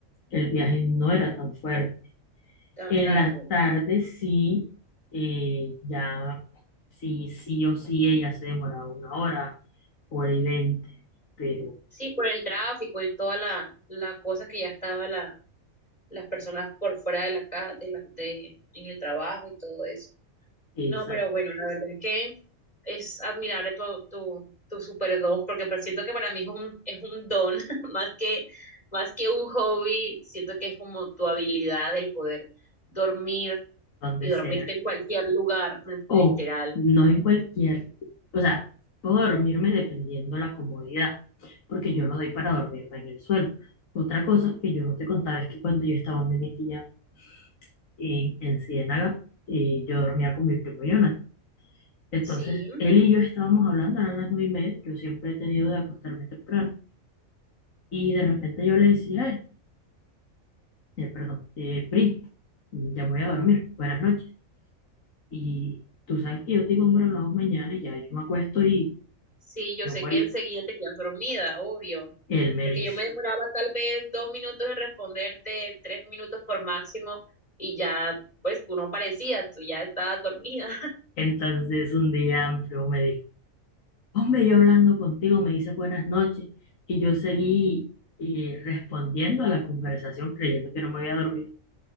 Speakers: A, on the left; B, on the left.
A: el viaje no era tan fuerte.
B: tan
A: En
B: largo.
A: las
B: Ok.
A: tardes sí, eh, ya sí, sí o sí, ella se demoraba una hora, hora y veinte, pero
B: Sí, por el tráfico y toda la, la cosa que ya estaba la, las personas por fuera de la casa, de la, de, en el trabajo y todo eso.
A: exacto
B: No, pero bueno, la verdad es que es admirable tu, tu, tu super don, porque pues siento que para mí es un, es un don, <laughs> más que, más que un hobby, siento que es como tu habilidad el poder dormir
A: donde
B: y dormirte
A: sea
B: en cualquier lugar, pues,
A: o
B: literal.
A: no en cualquier, o sea, puedo dormirme dependiendo la comodidad, porque yo no doy para dormirme en el suelo. Otra cosa que yo no te contaba es que cuando yo estaba donde mi tía en, en Ciénaga, eh, yo dormía con mi primo Jonathan. Entonces,
B: Sí,
A: él y yo estábamos hablando, eran las nueve y media, yo siempre he tenido de acostarme temprano, y de repente yo le decía a él, eh, perdón, eh, Pri, ya me voy a dormir, buenas noches. Y tú sabes que yo te digo, hombre, hablamos mañana, y ya yo me acuesto y
B: sí, yo
A: yo
B: sé
A: morí
B: que enseguida te quedas dormida, obvio,
A: Y él me
B: porque
A: dice.
B: yo me demoraba tal vez dos minutos en responderte, tres minutos por máximo, y ya, pues tú no parecías, tú ya estabas dormida.
A: Entonces un día amplio me dijo, hombre, yo hablando contigo me dice buenas noches y yo seguí eh, respondiendo a la conversación creyendo que no me había dormido.